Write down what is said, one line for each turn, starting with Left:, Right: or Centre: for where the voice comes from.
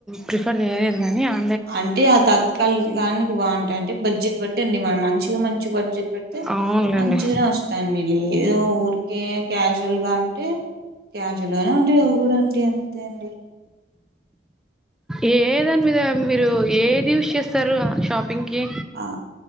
Centre: ప్రిఫర్ చేయలేదు గనీ అ
Right: అంటే ఆ తాత్కాలిక్ గానిక్ బాగుంటాయ్ అంటే బడ్జెట్ పెట్టండి మనం మంచిగా మంచి బడ్జెట్ పెట్ తె
Centre: అవునులేండి
Right: మంచిగనే ఒస్ తన్న్ మి లేదో ఊరికే క్యాజువల్ గా అంటే క్యాజు ఇలానే ఉంటాయ్ అవి గూడా అండి అంతే అండి
Centre: ఏ దాని మీద మీరు ఏది యూస్ చేస్తారు షాపింగ్కిి
Right: ఆ